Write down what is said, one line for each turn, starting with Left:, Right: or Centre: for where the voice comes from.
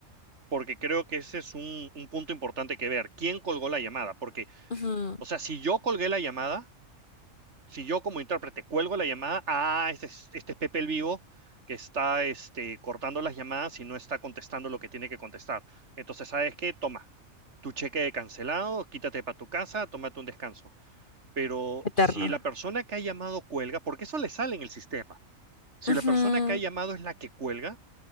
Right: porque creo que ese es un, un punto importante que ver. ¿Quién colgó la llamada? Porque,
Left: ujú,
Right: o sea, si yo colgué la llamada, si yo como intérprete cuelgo la llamada, ah, este es, este es Pepe el Vivo que está este, cortando las llamadas y no está contestando lo que tiene que contestar. Entonces, ¿sabes qué? Toma, tu cheque de cancelado, quítate para tu casa, tómate un descanso. Pero
Left: Eterno.
Right: si la persona que ha llamado cuelga, porque eso le sale en el sistema, si
Left: Ujú,
Right: la persona que ha llamado es la que cuelga,